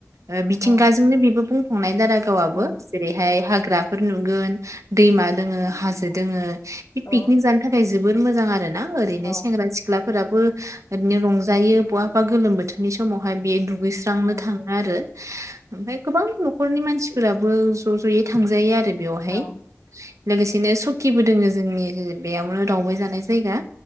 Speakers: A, on the right; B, on the left.
A: ओ मिथिंगाजोंनो
B: औ
A: बेबो बुंफुंनाय। दारागावाबो
B: औ
A: जेरैहाय हाग्राफोर नुगोन दैमा दोङो हाजो दोङो। बे
B: औ
A: पिकनिक जानो थाखाय जोबोर मोजां आरो ना। ओरैनो
B: औ
A: सेंग्रा सिख्लाफोराबो ओरैनो रंजायो बहाबा गोलोम बोथोरनि समावहाय बेयो। दुगैस्रांनो
B: औ
A: थाङो आरो। ओमफफ्राय गोबां न'खरनि मानसिफोराबो ज' ज'यै थांजायो आरो बेवहाय
B: ओ
A: लोगोसे। बिदिनो सकिबो दोङो जोंनि बेयावनो दावबाय जानाय जायगा